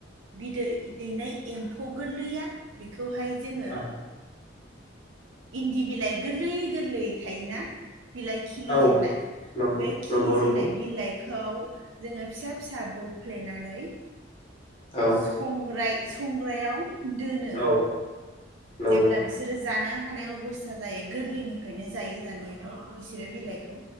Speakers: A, on the right; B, on the left.
A: बिदै दैनाय एम्फौ गोरलैया बेखौ खौहाय जोङो
B: औ
A: इन्दि बिलाइ गोरलैय गोरलैय थायोना बिलाइ खिलिजेननाय
B: औ नंगौ
A: बे खिलिजेननाय
B: नंगौ नंगौ
A: बिलाइ खौ जोङो फिसा फिसा बोफ्लेनानै
B: औ
A: संग्राय संग्रायाव दोनो
B: औ नंगौ
A: जेब्ला बिसोरो जानो हानाय अबस्था जायो गोरलैनिफ्रायनो जायो जानायाथ' बिसोरो बिलाइखौ